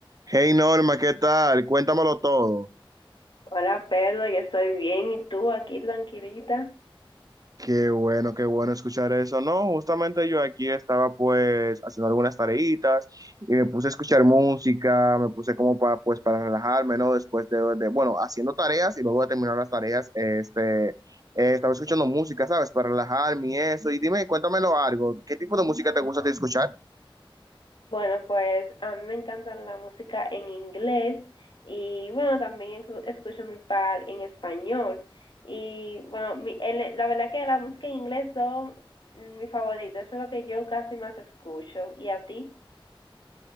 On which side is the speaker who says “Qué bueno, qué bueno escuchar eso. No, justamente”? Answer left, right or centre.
Right